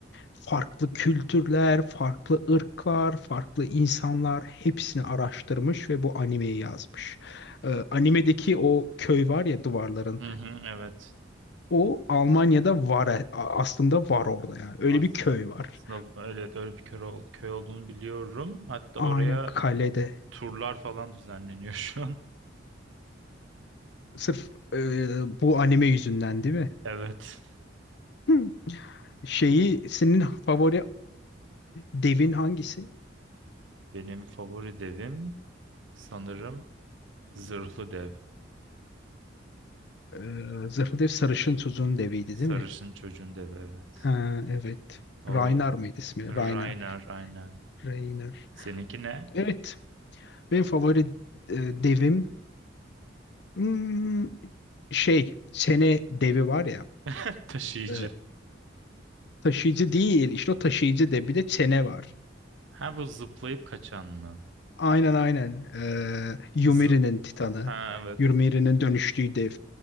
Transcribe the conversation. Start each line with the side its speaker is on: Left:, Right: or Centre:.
Left: farklı kültürler, farklı ırklar, farklı insanlar hepsini araştırmış ve bu animeyi yazmış. E, animedeki o köy var ya duvarların
Right: Hı hı, evet.
Left: O Almanya'da var e- a- aslında var orada yani. Öyle
Right: As-
Left: bir köy var.
Right: Aslında öyle, öyle bir köy, ol- köy olduğunu biliyorum. Hatta
Left: Aynen
Right: oraya
Left: kalede.
Right: turlar falan düzenleniyor <laughs> şu an.
Left: Sırf e, bu anime yüzünden değil mi?
Right: Evet.
Left: Hı. Şeyi senin favori devin hangisi?
Right: Benim favori devim sanırım Zırhlı Dev.
Left: E, Zırhlı Dev Sarışın tuzun deviydi
Right: Sarışın
Left: değil mi?
Right: çocuğun devi evet.
Left: Ha evet.
Right: O
Left: Ragnar mıydı ismi?
Right: Reiner
Left: Ragnar.
Right: aynen.
Left: Ragnar.
Right: Seninki ne?
Left: Evet. Benim favori e, devim hmm, şey çene devi var ya.
Right: <laughs> Taşıyıcı.
Left: E, taşıyıcı değil. İşte o taşıyıcı devi de Çene var.
Right: Ha bu zıplayıp kaçan mı?
Left: Aynen aynen. Ee, Yumiri'nin
Right: Zı-
Left: Titanı.
Right: ha evet.
Left: Yumiri'nin dönüştüğü dev.